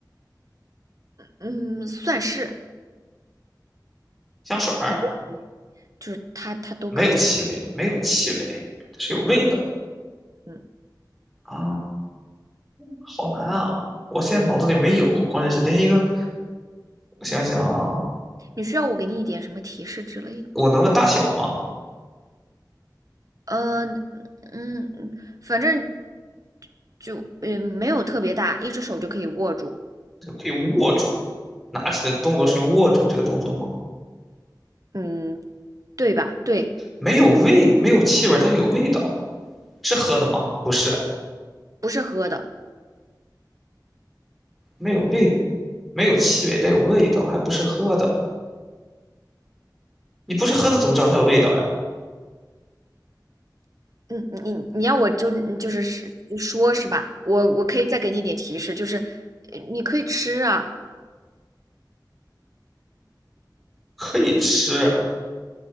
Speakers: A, on the right; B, in the centre.
A: 嗯，算是
B: 香水儿
A: 很多种类就是它它都可以有。
B: 没有气味，没有气味，但是有味道
A: 嗯。
B: 啊，好难啊！我现在脑子里没有，关键是连一个，我想想啊，
A: 你需要我给你一点什么提示之类的吗？
B: 我能问大小吗？
A: 呃，嗯，反正就嗯没有特别大，一只手就可以握住，
B: 就可以握住，拿起的动作是用握住这个动作吗？
A: 嗯，对吧？对，
B: 没有味，没有气味，但是有味道，是喝的吗？不是。
A: 不是喝的。
B: 没有味，没有气味，但有味道，还不是喝的。你不是喝的，怎么知道它有味道呀？
A: 嗯，你你要我就就是是说是吧？我我可以再给你一点提示，就是呃你可以吃啊。
B: 可以吃